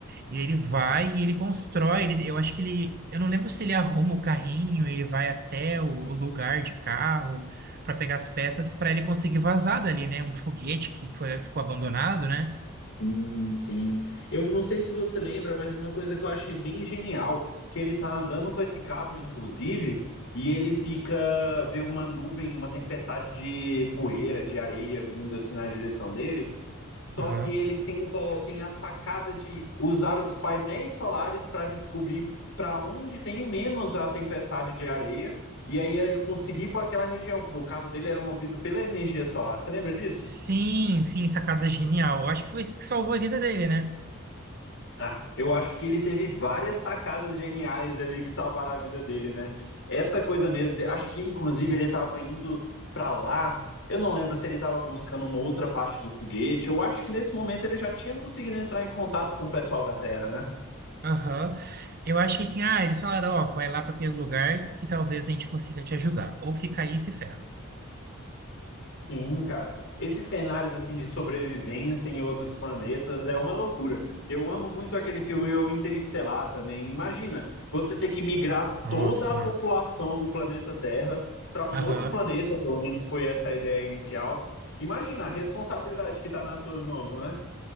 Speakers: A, on the right; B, on the left.
A: E ele vai e ele constrói. ele- eu acho que ele. Eu não lembro se ele arruma o carrinho, ele vai até o, o lugar de carro para pegar as peças para ele conseguir vazar dali, né? Um foguete que foi, ficou abandonado, né?
B: Sim, sim. Eu não sei se você lembra, mas uma coisa que eu achei bem genial, que ele tá andando com esse carro, inclusive, e ele fica vê uma nuvem, uma tempestade de poeira, de areia vindo assim na direção dele. só
A: Aham.
B: que ele tenta tem a sacada de usar os painéis solares para descobrir para onde tem menos a tempestade de areia e aí ele conseguir ir para aquela região, porque o carro dele era movido pela energia solar. Você lembra disso?
A: Sim, sim, sacada genial. Eu acho que foi isso que salvou a vida dele, né?
B: Ah, eu acho que ele teve várias sacadas geniais ali que salvaram a vida dele, né? Essa coisa mesmo, de- acho que inclusive ele estava indo para lá. Eu não lembro se ele estava buscando uma outra parte do foguete. Eu acho que nesse momento ele já tinha conseguido entrar em contato com o pessoal da Terra, né?
A: Aham. Eu acho que assim, ah, eles falaram, ó, vai lá para aquele lugar que talvez a gente consiga te ajudar. Ou fica aí e se ferra.
B: Sim, cara. Esses cenários assim de sobrevivência em outros planetas é uma loucura. Eu amo muito aquele filme o Interestelar também. Imagina, você ter que migrar
A: Nossa,
B: toda a
A: massa.
B: população do planeta Terra para um
A: Aham.
B: outro planeta, pelo menos foi essa a ideia inicial. Imagina a responsabilidade que está nas suas mãos, não é?